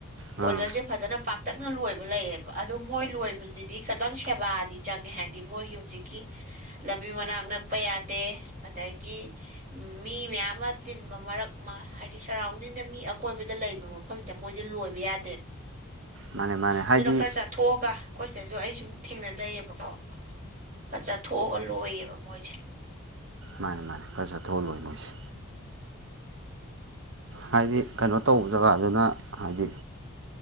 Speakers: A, on the right; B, on the right.
A: ꯕꯣꯏꯂꯔꯁꯦ
B: ꯑꯥ
A: ꯐꯖꯅ ꯄꯥꯛꯇꯛꯅ ꯂꯣꯏꯕ ꯂꯩꯌꯦꯕ ꯑꯗꯨꯗ ꯃꯣꯏ ꯂꯣꯏꯕꯁꯤꯗꯤ ꯈꯤꯇꯪ ꯁꯦꯕꯥꯗꯤ ꯆꯪꯉꯦ ꯍꯥꯏꯗꯤ ꯃꯣꯏꯒꯤ ꯍꯧꯖꯤꯛꯀꯤ ꯂꯝꯕꯤ ꯃꯅꯥꯛ ꯅꯛꯄ ꯌꯥꯗꯦ ꯑꯗꯒꯤ ꯎꯝ ꯃꯤ ꯃꯌꯥꯝ ꯑꯃ ꯇꯤꯟꯕ ꯃꯔꯛ ꯍꯥꯏꯗꯤ ꯁꯔꯥꯎꯟꯗꯤꯡꯗ ꯃꯤ ꯑꯀꯣꯏꯕꯗ ꯂꯩꯕ ꯃꯐꯝꯁꯤꯗ ꯃꯣꯏꯁꯦ ꯂꯣꯏꯕ ꯌꯥꯗꯦꯕ
B: ꯃꯥꯅꯦ ꯃꯥꯅꯦ
A: ꯑꯗꯨꯅ
B: ꯍꯥꯏꯗꯤ
A: ꯈꯔ ꯆꯥꯊꯣꯛꯑꯒ ꯑꯩꯈꯣꯏ ꯁꯤꯗꯁꯨ ꯑꯩ ꯁꯨꯝ ꯊꯦꯡꯅꯖꯩꯑꯕꯀꯣ ꯈꯔ ꯆꯠꯊꯣꯛꯑꯒ ꯂꯣꯏꯌꯦꯕ ꯃꯣꯏꯁꯦ
B: ꯃꯥꯅꯦ ꯃꯥꯅꯦ ꯈꯔ ꯆꯠꯊꯣꯛꯑꯒ ꯂꯣꯏ ꯃꯣꯏꯁꯦ ꯍꯥꯏꯗꯤ ꯀꯩꯅꯣ ꯇꯧꯕ ꯖꯒꯥꯗꯨꯅ ꯍꯥꯏꯗꯤ